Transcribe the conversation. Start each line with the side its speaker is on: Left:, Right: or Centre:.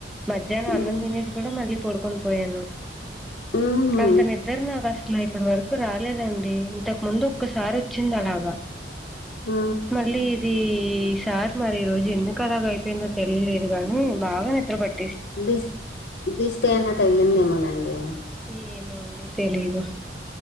Centre: మధ్యాహ్నం అన్నం
Left: ఉమ్
Centre: తినేసి కూడా మళ్ళీ పడుకొని పోయాను
Left: ఉహు
Centre: అంత నిద్ద్ర నా అస్లా ఇప్పటి వరకు రాలేదండి ఇంతకు ముందు ఒక్కసారి వచ్చింది అలాగా
Left: ఆ
Centre: మళ్ళీ ఇది సార్ మరి ఈ రోజు ఎందుకు అలాగ అయిపోయిందో తెలియలేదు గాని బాగా నిద్రపట్ట
Left: దిస్ దిస్టే అయినా తగిలిందేమోనండి
Centre: ఏమో అండి తెలీదు